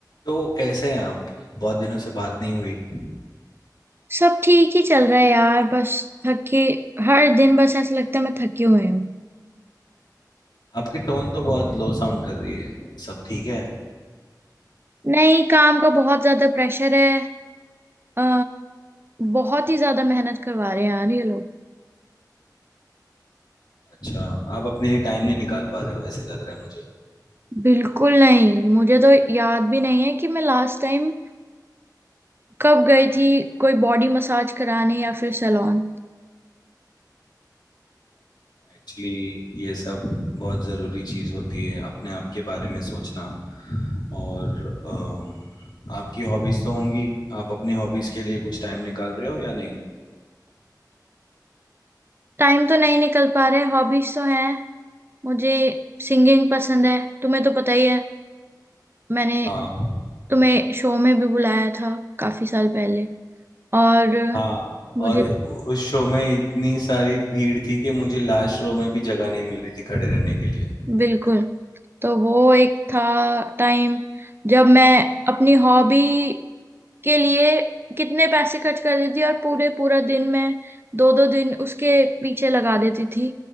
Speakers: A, on the left; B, on the right.
A: तो कैसे हैं आप बहुत दिनों से बात नहीं हुई
B: सब ठीक ही चल रहा है यार बस थके हर दिन बस ऐसा लगता है मैं थकी हुई हूँ
A: आपकी टोन तो बहुत लो साउंड कर रही है सब ठीक है
B: नहीं काम का बहुत ज्यादा प्रेशर है अ, बहुत ही ज्यादा मेहनत करवा रहे हैं यार ये लोग
A: अच्छा आप अपने लिए टाइम नहीं निकाल पा रहे हो ऐसे लग रहा है मुझे
B: बिल्कुल नहीं मुझे तो याद भी नहीं है कि मैं लास्ट टाइम कब गई थी कोई बॉडी मसाज कराने या फिर सैलून
A: एक्चुअली ये सब बहुत ज़रूरी चीज़ होती है अपने आप के बारे में सोचना और अम, आपकी हॉबीज़ तो होंगी आप अपनी हॉबीज़ के लिए कुछ टाइम निकाल रहे हो या नहीं
B: टाइम तो नहीं निकल पा रहे हॉबीज तो हैं मुझे सिंगिंग पसंद है तुम्हें तो पता ही है मैंने
A: हाँ
B: तुम्हें शो में भी बुलाया था काफी साल पहले और
A: हाँ
B: मुझे
A: और उस शो में इतनी सारी भीड़ थी कि मुझे लास्ट रो में भी जगह नहीं मिल रही थी खड़े रहने के लिए
B: बिल्कुल तो वो एक था टाइम जब मैं अपनी हॉबी के लिए कितने पैसे खर्च कर देती थी और पूरे पूरा दिन मैं दो दो दिन उसके पीछे लगा देती थी